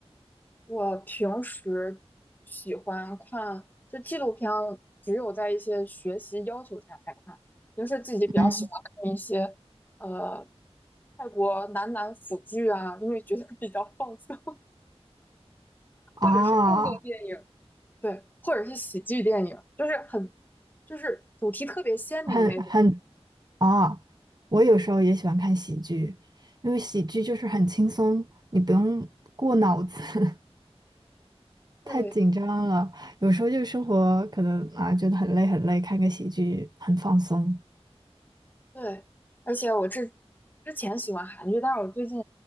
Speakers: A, on the left (about 15°); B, on the right (about 40°).
A: 我平时喜欢看，就纪录片，只有在一些学习要求下才看，平时自己比较喜欢看一些。
B: 嗯，
A: 呃。泰国男男腐剧啊，因为觉得比较放松，
B: 啊，
A: 或者是动作电影，对，或者是喜剧电影，就是很，就是主题特别鲜明那种。
B: 很很啊，我有时候也喜欢看喜剧，因为喜剧就是很轻松，你不用过脑子，<laughs>
A: 对
B: 太紧张了。有时候就是生活可能啊觉得很累很累，看个喜剧很放松。
A: 对，而且我之之前喜欢韩剧，但是我最近